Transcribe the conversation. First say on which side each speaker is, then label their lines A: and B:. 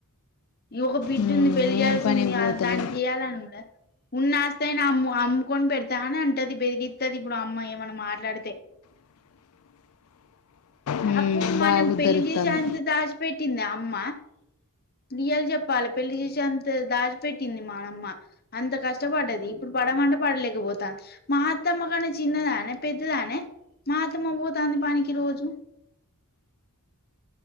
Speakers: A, on the left; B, on the left.
A: ఇంకో బిడ్డు
B: ఉమ్,
A: ఉంది పెరిగాల్సింది
B: ఏం పనికి పోతలు
A: దాన్ని చేయాలనుందా ఉన్నాస్త అయినా అమ్ అమ్ముకొని పెడతా అని అంటేది పెరిగి వస్తుది ఇప్పుడు అమ్మాయి ఏమన్నా మాట్లాడితే
B: ఉమ్,
A: అప్పుడు
B: బాగా
A: మనం
B: ఉద్ధరిస్తాను
A: పెళ్లి చేసేంత దాచిపెట్టింది అమ్మ ఇయాల చెప్పాలి పెళ్లి చేసేంత అంత దాచిపెట్టింది మానమ్మ అంత కష్టపడ్డది ఇప్పుడు పడమంటే పడలేకపోతాను మా అత్తమ్మ కానీ చిన్నదానే పెద్దదానే మా అత్తమ్మ పోతుంది పనికి రోజు